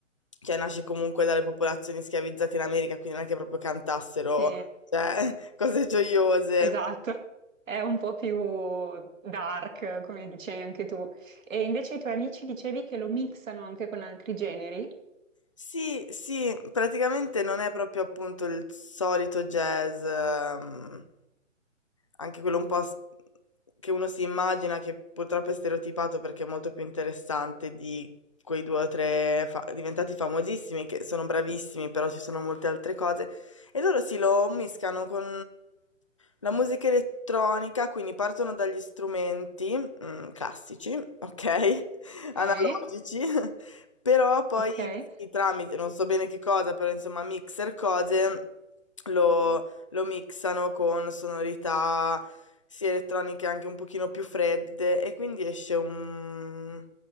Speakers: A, on the left; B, on the right.
A: cioè, nasce comunque dalle popolazioni schiavizzate in America, quindi non è che proprio cantassero
B: Sì,
A: cioè, <laughs> cose gioiose.
B: esatto. È un po' più dark, come dicevi anche tu. E invece i tuoi amici dicevi che lo mixano anche con altri generi.
A: Sì, sì, praticamente non è proprio appunto il solito jazz, ehm, anche quello un po' s- che uno si immagina che purtroppo è stereotipato perché è molto più interessante di quei due o tre fa- diventati famosissimi che sono bravissimi, però ci sono molte altre cose. E loro si lo mischiano con la musica elettronica, quindi partono dagli strumenti, mm, classici, ok? <laughs> Analogici.
B: Ok,
A: Però poi
B: ok.
A: sì, tramite, non so bene che cosa, però insomma mixer cose lo, lo mixano con sonorità sia elettroniche anche un pochino più fredde e quindi esce un,